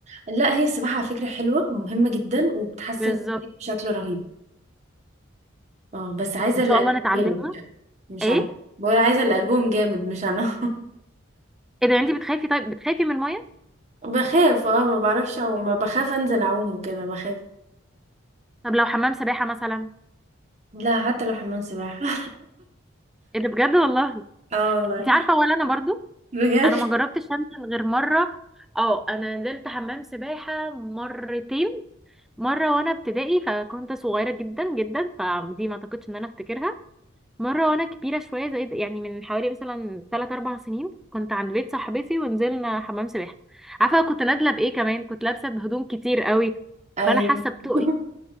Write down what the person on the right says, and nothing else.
لا هي السباحة على فكرة حلوة ومهمة جدا وبتحسن
بشكل رهيب اه بس عايزة
اللي
قلبهم
جامد مش
انا بقول عايزة اللي قلبهم جامد مش انا
<laughs> بخاف اه ما بعرفش او ما بخاف انزل اعوم وكده بخاف
لا حتى لو حمام سباحة
<laughs> اه والله
بجد
ايوه
<laughs>